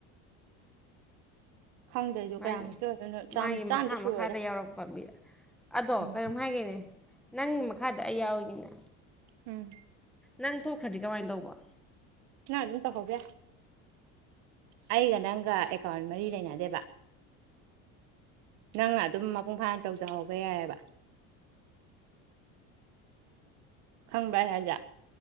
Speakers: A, on the right (about 60°); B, in the centre.
A: ꯈꯪꯗ꯭ꯔꯁꯨ
B: ꯃꯥꯒꯤ
A: ꯀꯌꯥꯃꯨꯛꯇꯤ ꯑꯣꯏꯗꯣꯏꯅꯣ ꯆꯥꯝ
B: ꯃꯥꯒꯤ
A: ꯆꯥꯝꯗꯤ
B: ꯃꯈꯥ
A: ꯁꯨꯔꯣꯏꯗ
B: ꯃꯈꯥꯗ ꯌꯥꯎꯔꯛꯄ ꯑꯗꯣ
A: ꯎꯝ
B: ꯀꯔꯤꯝ ꯍꯥꯏꯒꯦꯅꯦ ꯅꯪ ꯃꯈꯥꯗ ꯑꯌꯥꯎꯏꯒꯤꯅ
A: ꯎꯝ
B: ꯅꯪ ꯊꯣꯛꯈ꯭ꯔꯗꯤ ꯀꯃꯥꯏꯅ ꯇꯧꯕ
A: ꯅꯪ ꯑꯗꯨꯝ ꯇꯧꯍꯧꯕ ꯑꯩꯒ ꯅꯪꯒ ꯑꯦꯀꯥꯎꯟ ꯃꯔꯤ ꯂꯩꯅꯗꯦꯕ ꯅꯪ ꯑꯗꯨꯝ ꯃꯄꯨꯡ ꯐꯥꯅ ꯇꯧꯖꯍꯧꯕ ꯌꯥꯏꯑꯕ ꯈꯪꯕ꯭ꯔ ꯔꯖꯥꯠ